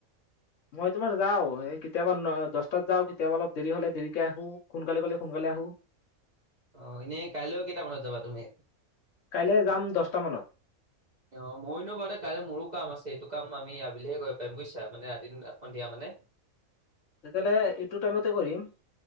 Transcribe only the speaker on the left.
মই তোমাৰ যাওঁ এই কেতিয়াবা ন দহ তাত যাওঁ কেতিয়াবা অলপ দেৰি হ'লে দেৰিকে আহো সোনকালে গলে সোনকালে আহো।
কাইলে যাম দহটা মানত
তেতিয়াহ'লে এইটো টাইমতে কৰিম।